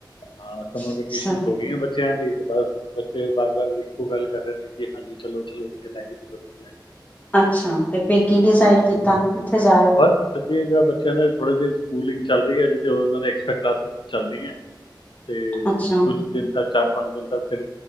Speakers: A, on the left (about 80°); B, on the left (about 20°).
A: ਹਾਂ ਸਮਰ ਵੈਕੇਸ਼ਨ
B: ਅੱਛਾ
A: ਹੋ ਗਈਆਂ ਬੱਚਿਆਂ ਦੀ ਕੇ ਬਸ ਬੱਚੇ ਬਾਰ ਬਾਰ ਇੱਕੋ ਗੱਲ ਕਰ ਰਹੇ ਨੇ, ਕਿ ਹਾਂਜੀ ਚਲੋ ਚਲੋ ਕਿਥੇ ਲੈ ਕੇ ਚਲੋ ਕਿਥੇ ਲੈ ਕੇ
B: ਅੱਛਾ, ਤੇ ਫਿਰ ਕੀ ਡਿਸਾਈਡ ਕੀਤਾ। ਕਿੱਥੇ ਜਾ ਰਹੇ ਹੋ
A: ਬਸ ਸਰੀ ਜੋ ਬੱਚਿਆਂ ਨੇ ਥੋੜੇ ਜਿਹੇ ਸਕੂਲਿੰਗ ਚੱਲ ਰਹੀ ਐ, ਐਕਸਟਰਾ ਕਲਾਸਿਜ ਚੱਲ ਰਹੀ ਐ। ਫੇ
B: ਅੱਛਾ
A: ਕੁਛ ਦਿਨ ਤੱਕ ਚਾ ਪੰਜ ਦਿਨ ਤੱਕ ਫਿਰ